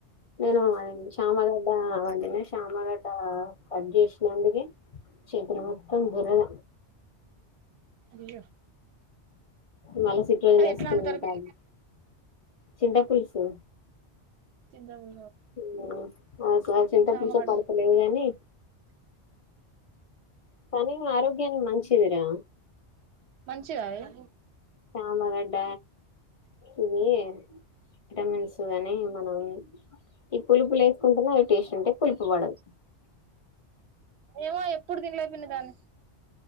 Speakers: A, on the left; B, on the right.
A: నేను అది శామగడ్డ వండినష్ చామగడ్డ కాడ్ జేషినందుగే చేతులు మొత్తం దురద
B: అయ్యో
A: మలసిట్రోజెన్
B: అది
A: వేసుకున్నా
B: ఎట్లా వండుతారు
A: టాబ్లీ
B: పిన్ని
A: చింత పులుసు
B: తిన్న ఊ
A: హోహో ఆ సార్ చింతపులుసే
B: చామగడ్డ
A: పడ్తలేదు కానీ కాని ఆరోగ్యనికి మంచిదీరా.
B: మంచిదా ఎగా
A: చమగడ్డ ఇది విటమిన్స్ గాని మనం ఈ పులుపులు లేకుంటనే అవి టేస్ట్ ఉంటే పులుపు పడదు. <inaudible>
B: ఏవో ఎప్పుడు తినలే పిన్ని దాన్ని